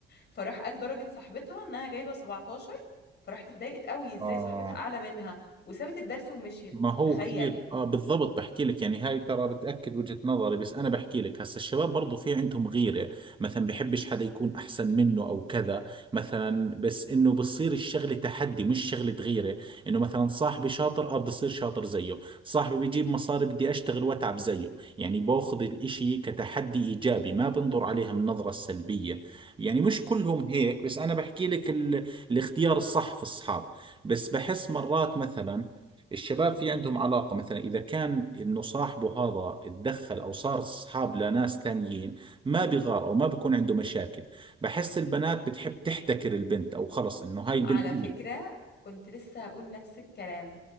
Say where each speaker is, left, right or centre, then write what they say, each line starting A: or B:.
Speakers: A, on the left; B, on the right.
A: فراح قال درجة صاحبتها إنها جايبة 17 فراحت اتضايقت قوي إزاي
B: اه
A: صاحبتها أعلى منها وسابت الدرس ومشيت
B: ما هو
A: تخيل
B: كثير اه بالضبط بحكي لك يعني هاي ترى بتأكد وجهة نظري بس انا بحكي لك هسا الشباب برضو في عندهم غيرة مثلا بحبش حدا يكون احسن منه او كذا مثلا بس انه بصير الشغلة تحدي مش شغلة غيرة انه مثلا صاحبي شاطر اه بدي اصير شاطر زيه صاحبي بيجيب مصاري بدي اشتغل واتعب زيه يعني باخذ الاشي كتحدي ايجابي ما بنظر عليها من نظرة سلبية يعني مش كلهم هيك بس انا بحكي لك ال... الاختيار الصح في الصحاب بس بحس مرات مثلا الشباب في عندهم علاقة مثلا إذا كان إنه صاحبه هذا اتدخل أو صار أصحاب لناس ثانيين ما بيغار أو ما بيكون عنده مشاكل بحس البنات بتحب تحتكر البنت أو خلص إنه هاي البنت
A: على
B: إلي
A: فكرة كنت لسه هقول نفس الكلام